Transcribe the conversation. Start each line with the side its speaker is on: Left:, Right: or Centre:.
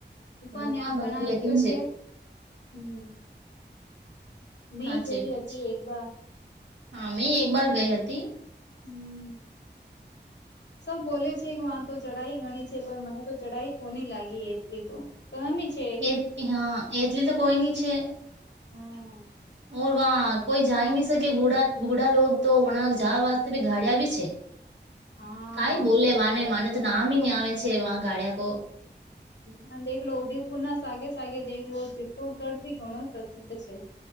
Left: ઉપા્યાન
Right: ગુફા બની
Left: બના
Right: લગી
Left: રખ્યો છે. હમ! મેં
Right: સાચી
Left: ગઈ
Right: વાત
Left: હતી
Right: છે.
Left: એક વાર
Right: હા મે એક વાર ગઈ હતી.
Left: હમ! સૌ બોલે છે. કે વા તો ચઢાઈ ગણી છે. પણ મને તો ચઢાઈ કોની લાગી એટલી તો. કમી છે.
Right: એ હા એટલી તો કોઈ નની છે.
Left: હા!
Right: ઓર વાહ કોઈ જાઈ નહી શકે. બૂઢા લોકો તો, જવા વાતે ભી ગાડિયા ભી છે.
Left: હા
Right: કઈ
Left: હા
Right: બોલે
Left: સાચી
Right: વાને
Left: વાત
Right: માને તો
Left: છે.
Right: નામ ન આવે છે, વા ગાડિયા કો.
Left: હ અને દેખ લો, ઉદેયપુર ના સાગે સાગે દેખ લો. ચિત્તુરગઢ ભી ઘણો પ્રસિદ્ધ છે.